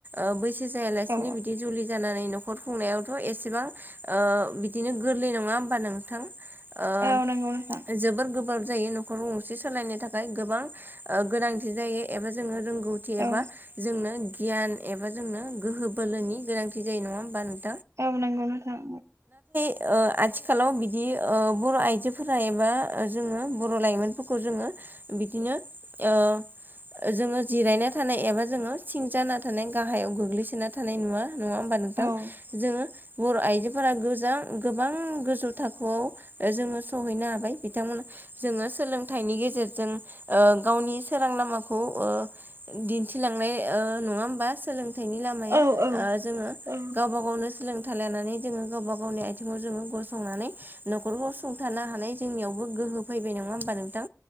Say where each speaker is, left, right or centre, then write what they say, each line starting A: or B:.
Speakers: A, on the right (about 40°); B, on the right (about 65°).
A: ओ बै जायालासिनो
B: औ
A: बिदि जुलि जानानै न नखर खुंनायावथ' एसेबां ओ बिदिनो गोरलै नङा होमबा नोंथां ओ
B: औ औ नंगौ नोंथां
A: जोबोर गोब्राब जायो न'खराव गंसे सालायनो थाखाय थाखाय गोबां ओ गोनांथि जायो एबा जोंङो रोंगौथि एबा
B: औ
A: जोंनो गियान एबा जोंनो गोहो बोलोनि गोनांथि जायो नङा होमबा नों
B: ओं नोंगौ नोथां
A: औ आथिखालाव बिदि ओ बर' आइजोफोरा एबा जोङो बर' लाइमोनफोरखौ जोङो बिदिनो ओ ओ जोङो जिरायना थानाय एबा जोङो थिं जाना थानाय गाहायाव गोग्लैसोना थानाय नुवा नङा होमबा
B: औ
A: नोंथां जोङो बर' आइजोफोरा गोजां गोबां गोजौ थाखोआव ओ जोङो सहैनो हाबाय बिथांमोना जोङो सोलोंथाइनि गेजेरजों ओ गावनि सोरां लामाखौ ओ दिन्थिलांनाय ओ नङा होमबा सोलों थाइनि लामाया
B: औ
A: ओ
B: औ
A: जोङो
B: औ
A: गावबा गावनो सोलों थाइ लानानै जोङो गावबा गावनि आथिङाव जोङो गसंनानै न'खरखौ सुंथारानो हानाय जोंनियावबो गो हो फैबाय नङा होनबा नों